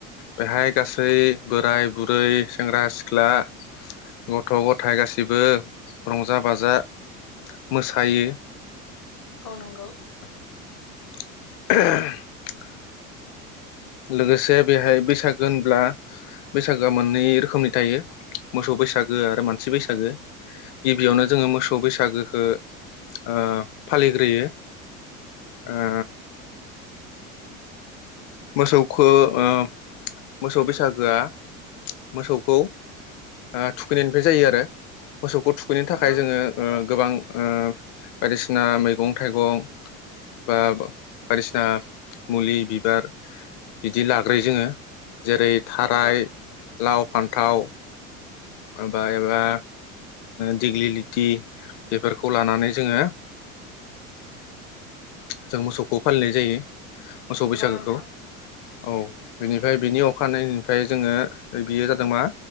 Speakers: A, on the left; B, on the left.
A: बेहाय गासै बोराय -बुरै, सेंग्रा -सिख्ला <unintelligible> गथ'- गथाइ गासिबो रंजा -बाजा मोसायो।
B: औ नंगौ।
A: <unintelligible> लोगोसे बेहाय बैसागो होनब्ला बैसागोआ मोननै रोखोमनि थायो मोसौ बैसागो आरो मानसि बैसागु। बैसागो गिबियावनो जोङो मोसौ बैसागोखो ओ फालिग्रोयो ओ मोसौखो ओ मोसौ बैसागोआ मोसौखौ ओ थुखैनायनिफ्राय जायो आरो। मोसौखौ थुखैनो थाखाय
B: नंगौ
A: जोङो ओ गोबां ओ बायदिसिना मैगं -थाइगं बा बायदिसिना मुलि बिबार बिदि लाग्रोयो जोङो जेरै थाराय
B: नंगौ
A: लाव फान्थाव माबा एबा दिग्लि लिटि बेफोरखौ लानानै ओ जोङो जों मोसौखौ फालिनाय जायो। मोसौ
B: नंगौ
A: बैसागोखौ
B: नोंथां
A: औ बिनिफ्राय बिनि अखानायै निफ्राय <unintelligible> फ्राय जोङो बियो जादों मा